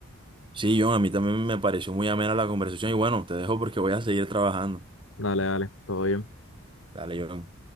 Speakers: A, on the right; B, on the left.
A: Sí, John, a mí también me pareció muy amena la conversación y bueno, te dejo porque voy a seguir trabajando.
B: Dale, dale, todo bien.
A: Dale, John.